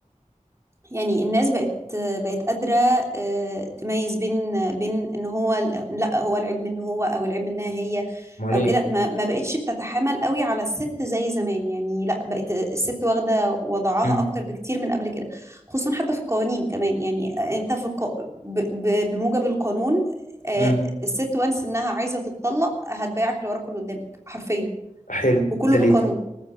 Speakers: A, on the right; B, on the left.
A: يعني الناس بقت بقت قادره آه، تميز بين بين ان هو ال- لا هو العيب منه هو او العيب منها هي
B: ما هو ليه
A: او كده ما ما بقتش بتتحامل قوي على الست زي زمان يعني لا بقت الست واخده وضعها
B: امم
A: اكتر بكتير من قبل كده خصوصا حتى في القوانين كمان يعني انت في الق... ب... ب... بموجب القانون آه،
B: امم
A: الست وانس انها عايزه تتطلق هتبيعك اللي وراك واللي قدامك حرفيا
B: حلو
A: وكله
B: ده
A: بقانون
B: ليه